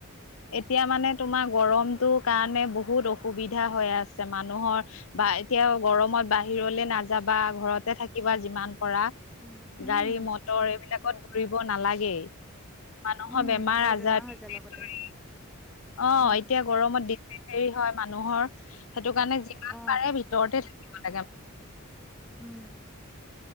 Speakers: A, on the left; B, in the centre.
A: এতিয়া মানে তোমাৰ গৰমটো কাৰণে বহুত অসুবিধা হৈ আছে, মানুহৰ বা এতিয়া গৰমত বাহিৰলে নাযাবা, ঘৰতে থাকিবা যিমান পাৰা।
B: উম উম
A: গাড়ী মটৰ এইবিলাকত ঘূৰিব নালাগেই। মানুহৰ
B: উম
A: বেমাৰ
B: নহলে
A: আজাৰ
B: হৈ
A: <unintelligible>
B: যায় লগতে
A: অ',
B: উম
A: এতিয়া গৰমত দি দি দেৰি হ'য়। মানুহৰ, সেইটো কাৰণে যিমান
B: অ
A: পাৰে ভিতৰতে থাকিব লাগে
B: উম।